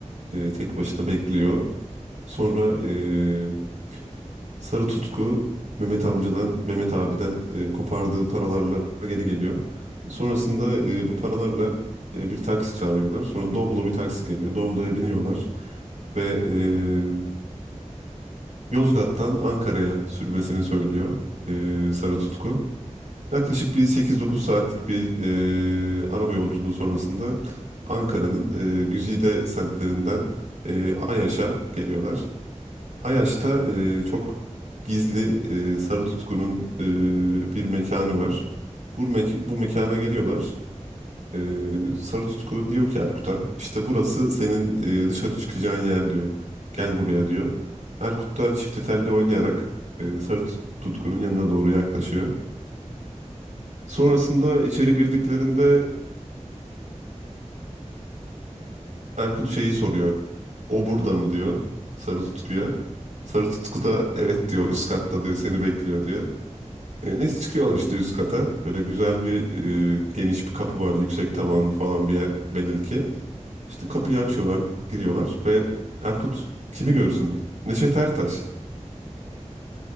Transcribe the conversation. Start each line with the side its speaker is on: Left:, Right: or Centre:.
Right: e, tek başına bekliyor. Sonra e, Sarı Tutku Mehmet amcadan, Mehmet abiden e, kopardığı paralarla geri geliyor. Sonrasında e, bu paralarla e, bir taksi çağırıyorlar. Sonra Doblo bir taksi geliyor. Doblo'ya biniyorlar ve e, Yozgat'tan Ankara'ya sürmesini söylüyor e, Sarı Tutku. Yaklaşık bir 8-9 saatlik bir e, araba yolculuğu sonrasında Ankara'nın e, güzide semtlerinden e, Ayaş'a geliyorlar. Ayaş'ta e, çok gizli e, Sarı Tutku'nun e, bir mekanı var. Bu, mek
Left: Hı hı.
Right: bu mekana geliyorlar. E, Sarı Tutku diyor ki Erkut'a işte burası senin e, dışarı çıkacağın yer diyor. Gel buraya diyor. Erkut da çifte telli oynayarak e, Sarı Tut- Tutku'nun yanına doğru yaklaşıyor. Sonrasında içeri girdiklerinde e, Erkut
Left: <laughs>
Right: şeyi soruyor. O burada mı diyor Sarı Tutku'ya. Sarı Tutku da evet diyor üst katta diyor seni bekliyor diyor. E, neyse çıkıyorlar işte üst kata. Böyle güzel bir e, geniş bir kapı var. Yüksek tavanlı falan bir yer belli ki. İşte kapıyı
Left: Hı hı.
Right: açıyorlar,
Left: Hı
Right: giriyorlar ve Erkut kimi görsün? Neşet Ertaş.